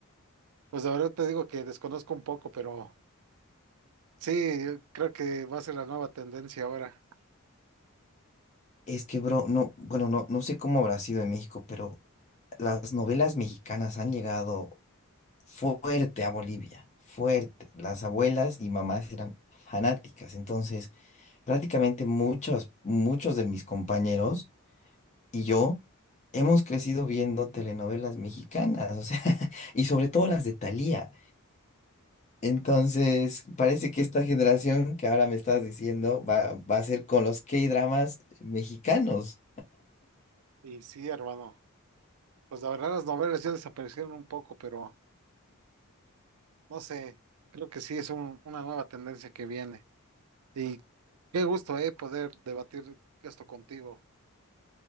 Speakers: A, on the right; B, on the left.
A: pues la verdad te digo que desconozco un poco, pero sí, creo que va a ser la nueva tendencia ahora.
B: Es que, bro, no, bueno, no, no sé cómo habrá sido en México, pero las novelas mexicanas han llegado. fuerte a Bolivia, fuerte. Las abuelas y mamás eran fanáticas, entonces prácticamente muchos, muchos de mis compañeros y yo hemos crecido viendo telenovelas mexicanas, o sea, <laughs> y sobre todo las de Thalía. Entonces, parece que esta generación que ahora me estás diciendo va, va a ser con los K-dramas mexicanos.
A: Y sí, hermano, pues la verdad las novelas ya desaparecieron un poco, pero... No sé, creo que sí es un- una nueva tendencia que viene. Y qué gusto, eh, poder debatir esto contigo.